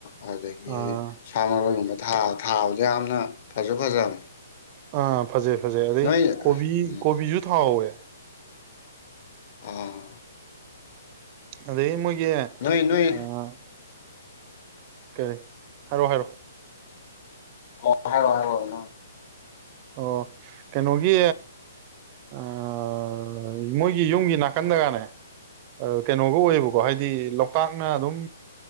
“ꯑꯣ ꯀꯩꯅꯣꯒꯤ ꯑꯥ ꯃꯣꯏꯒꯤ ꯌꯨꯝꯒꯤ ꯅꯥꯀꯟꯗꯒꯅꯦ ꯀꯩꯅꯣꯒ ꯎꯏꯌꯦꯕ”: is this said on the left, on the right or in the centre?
Right